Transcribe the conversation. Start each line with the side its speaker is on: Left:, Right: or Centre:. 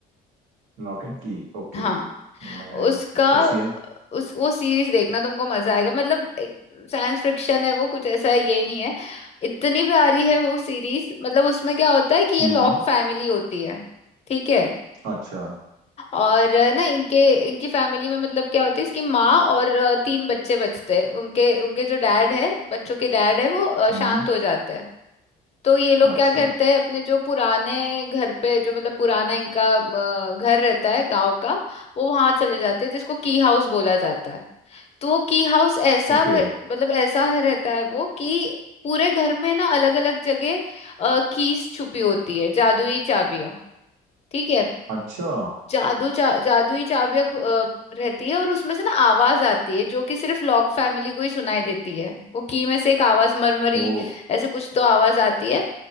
Right: Locke and Key ओके
Left: हाँ
Right: नहीं मैंने नहीं
Left: उसका
Right: देखी कैसी है
Left: उस वो सीरीज देखना तुमको मजा आएगा मतलब साइंस फिक्शन है वो कुछ ऐसा है ये नहीं है इतनी प्यारी है वो सीरीज मतलब उसमें क्या होता है कि ये
Right: हम्म
Left: लॉक फैमिली होती है ठीक है
Right: अच्छा
Left: और अ, ना इनके इनकी फैमिली में मतलब क्या होता है इसकी माँ और अ, तीन बच्चे बचते हैं उनके उनके जो डैड है बच्चों के डैड है वो अ,
Right: हम्म
Left: शांत हो जाते हैं तो ये लोग
Right: अच्छा
Left: क्या करते हैं अपने जो पुराने घर पे जो मतलब पुराना इनका अ, घर रहता है गांव का वो वहां चले जाते हैं जिसको की हाउस बोला जाता है तो वो की हाउस ऐसा
Right: ओके
Left: रह- मतलब ऐसा है रहता है वो कि पूरे घर में ना अलग अलग जगह कीज छुपी होती है जादुई चाबियां ठीक है
Right: अच्छा
Left: जादू चा, जादुई चाबियां खु- अ, रहती है और उसमें से ना आवाज आती है जो कि सिर्फ लॉक फैमिली को ही सुनाई देती है वो की में से एक आवाज मरमरी
Right: ओ
Left: ऐसे कुछ तो आवाज आती है